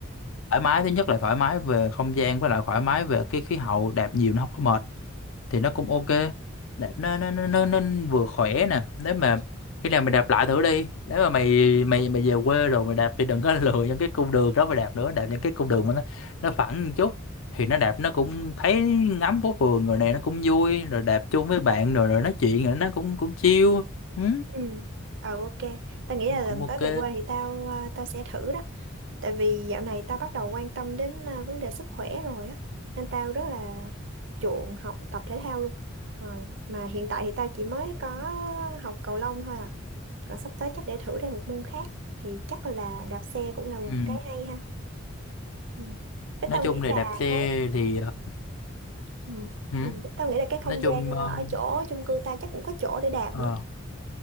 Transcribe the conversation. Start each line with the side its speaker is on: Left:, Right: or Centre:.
Left: thoải mái
Right: Ừ.
Left: thứ nhất là thoải mái về không gian với lại thoải mái về cái khí hậu đạp nhiều nó không có mệt thì nó cũng ok đạp nó nó nó nó, nó vừa khỏe nè nếu mà khi nào mày đạp lại thử đi nếu mà mày mày mày về quê rồi mày đạp thì đừng có <laughs> lựa những cái cung đường đó mà đạp nữa đạp những cái cung đường mà nó nó phẳng một chút thì nó đạp nó cũng thấy ngắm phố phường rồi nè nó cũng vui rồi đạp chung với bạn rồi rồi nói chuyện rồi nó cũng cũng chill ừ,
Right: Ừ. Ờ ok, tao nghĩ là
Left: cũng
Right: lần
Left: ok
Right: tới về quê thì tao à, tao sẽ thử đó. Tại vì dạo này tao bắt đầu quan tâm đến à, vấn đề sức khỏe rồi á, nên tao rất là chuộng học tập thể thao luôn. Ờ, Mà hiện tại thì tao chỉ mới có học cầu lông thôi à. Còn sắp tới chắc để thử thêm một môn khác thì chắc là đạp xe cũng là một
Left: ừ.
Right: cái hay ha. Ừ. Với
Left: nói
Right: tao
Left: chung
Right: nghĩ
Left: là
Right: là
Left: đạp xe
Right: cái
Left: thì ờ,
Right: ừ.
Left: ừ,
Right: Ừ. Tao nghĩ là cái
Left: nói
Right: không
Left: chung
Right: gian ờ,
Left: ờ,
Right: ở chỗ chung cư ta chắc cũng có chỗ để đạp
Left: ờ,
Right: nữa.